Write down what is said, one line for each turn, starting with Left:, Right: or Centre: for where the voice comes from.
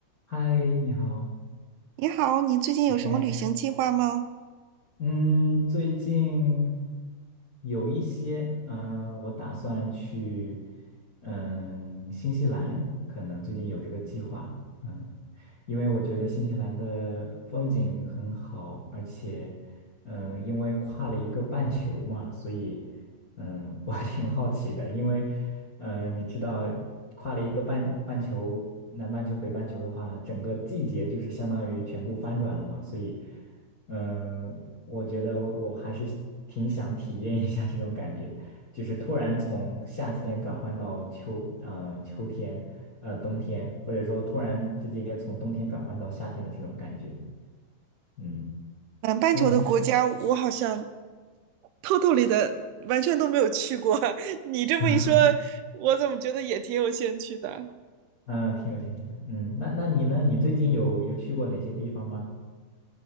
Left: 嗨，你好。
Right: 你好，你最近有什么旅行计划吗？
Left: 嗯嗯，最近有一些，嗯，我打算去，嗯，新西兰，可能最近有这个计划，嗯，因为我觉得新西兰的风景很好，而且，嗯，因为跨了一个半球嘛，所以，嗯，我 <laughs> 挺好奇的，因为，嗯，你知道。一个半半球，南半球、北半球的话，整个季节就是相当于全部翻转了嘛，所以，嗯，我觉得我我还是挺想体验一下这种感觉，就是突然从夏天转换到秋，嗯、秋天，呃，冬天，或者说突然之间从冬天转换到夏天的这种感觉，嗯，
Right: 南半球的国家，
Left: 那你，
Right: 我好像偷偷里的完全都没有去过。<laughs> 你这么一说，
Left: <laughs>
Right: 我怎么觉得也挺有兴趣的？
Left: 嗯，挺有兴趣的，嗯，那那你呢？你最近有有去过哪些地方吗？